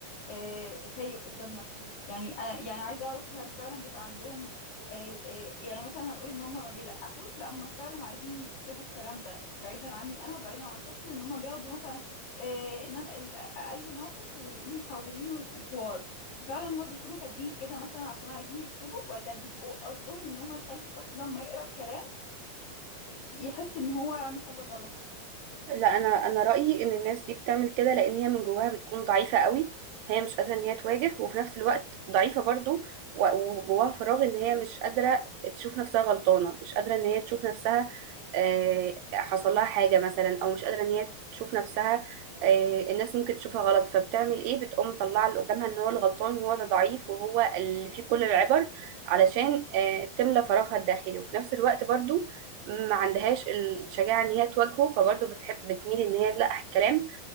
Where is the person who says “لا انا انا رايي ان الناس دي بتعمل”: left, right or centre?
Right